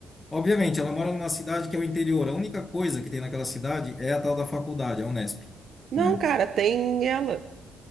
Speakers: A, on the left; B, on the right.
A: obviamente, ela mora numa cidade que é o interior. A única coisa que tem naquela cidade é a tal da faculdade, a Unesp,
B: Não,
A: né?
B: cara, tem ela.